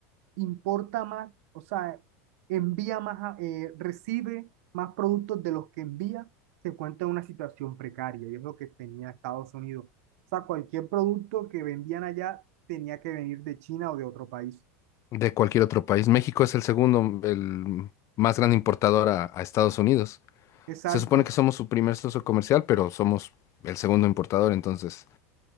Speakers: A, on the right; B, on the left.
A: importa más, o sea, envía más, eh, recibe más productos de los que envía, se encuentra en una situación precaria y es lo que tenía Estados Unidos. O sea, cualquier producto que vendían allá tenía que venir de China o de otro país.
B: de cualquier otro país. México es el segundo, el más gran importador a a Estados Unidos.
A: Exacto.
B: Se supone que somos su primer socio comercial, pero somos el segundo importador, entonces